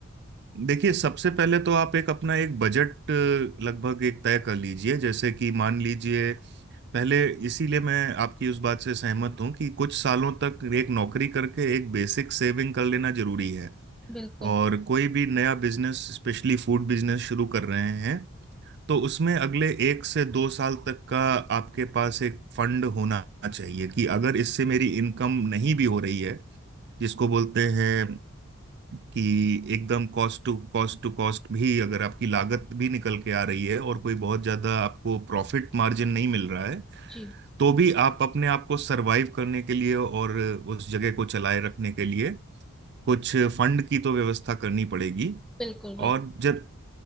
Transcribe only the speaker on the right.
देखिए सबसे पहले तो आप एक अपना एक बजट अ, लगभग एक तय कर लीजिए जैसे कि मान लीजिए पहले इसीलिए मैं आपकी उस बात से सहमत हूँ कि कुछ सालों तक एक नौकरी करके एक बेसिक सेविंग कर लेना जरूरी है
और कोई भी नया बिजनेस स्पेशली फूड बिजनेस शुरू कर रहे हैं तो उसमें अगले एक से दो साल तक का आपके पास एक फंड होना चाहिए कि अगर इससे मेरी इनकम नहीं भी हो रही है जिसको बोलते हैं कि एकदम cost to cost to cost भी अगर आपकी लागत भी निकल के आ रही है और कोई बहुत ज्यादा आपको प्रॉफिट मार्जिन नहीं मिल रहा है
तो भी आप अपने आप को सरवाइव करने के लिए और उस जगह को चलाए रखने के लिए कुछ फंड की तो व्यवस्था करनी पड़ेगी
और जब